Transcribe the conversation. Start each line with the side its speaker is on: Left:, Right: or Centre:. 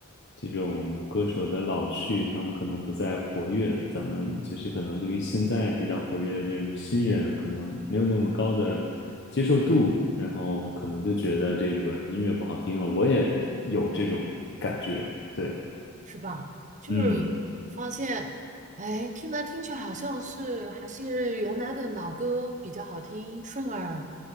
Left: 这种歌手的老去，他们可能不再活跃，咱们就是可能对于现在比较活跃的这种新人，可能没有那么高的接受度，然后可能就觉得这个音乐不好听了。我也有这种感觉，对，
Right: <laughs> 是吧？就是发现，
Left: 嗯，
Right: 哎，听来听去好像是还是原来的老歌比较好听，顺耳，